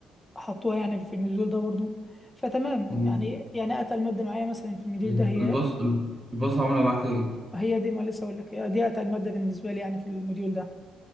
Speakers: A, on the left; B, on the right.
A: حطوها يعني في المديول ده برضو فتمام
B: مم.
A: يعني يعني اتقل ماده معايا مثلا في المديول
B: الباص
A: ده هي
B: الباص عاملة معاك ايه
A: هي دي ما لسه اقول لك هي دي اتقل ماده بالنسبه لي يعني في المديول ده